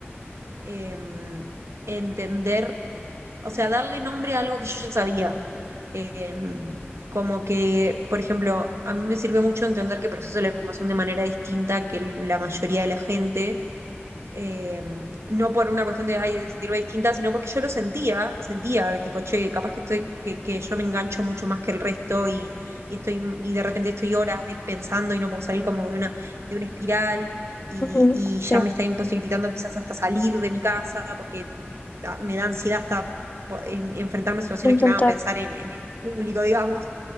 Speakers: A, on the right; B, on the left.
A: em, entender o sea, darle nombre a algo que yo ya sabía. Eh, como que, por ejemplo, a mí me sirvió mucho entender que proceso la información de manera distinta que la mayoría de la gente eh, no por una cuestión de, ay, de sentirme distinta, sino porque yo lo sentía, sentía, tipo, che, capaz que estoy, que, que yo me engancho mucho más que el resto y, y estoy, y de repente estoy horas de- pensando y no puedo salir como de una, de una espiral y,
B: ujú,
A: y ya
B: Sí,
A: me está imposibilitando quizás hasta salir de mi casa porque ah, me da ansiedad hasta po- en- enfrentarme a situaciones
B: intentar.
A: que me hagan pensar en, en el público, digamos.